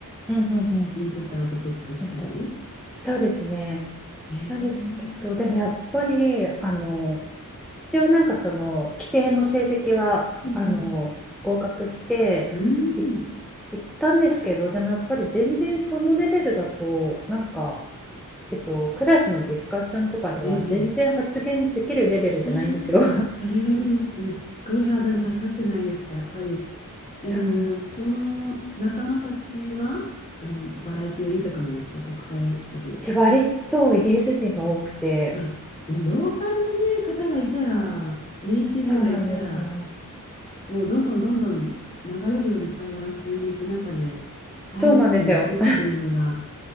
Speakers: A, in the centre; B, on the left.
A: うんうんうん
B: インプットアウトプットしたり。
A: えっと、そうですね。
B: えー、
A: なんですけど、でもやっぱり、あの、一応なんかその、規定の成績は、
B: うん
A: あの、合格して、
B: うん。うーん。
A: い、行ったんですけど、でもやっぱり全然そのレベルだと、なんか、えっと、クラスのディスカッションとかでは全然発言できるレベルじゃないんですよ。
B: ええああ、それはでもすっごいハードル高くないですかやっぱり、
A: <laughs>
B: あの、
A: そうなんですよ。
B: その仲間たちは、あの、バラエティは豊かなんですか国際色豊か。
A: うち割とイギリス人が多くて、
B: あ、もうローカルのね、方がいたら、ネイティブがいたら、
A: そうなんですよ。
B: もうどんどんどんどん流れるように会話が進んでいく中で入っていくっていうのが、
A: そうなんですよ。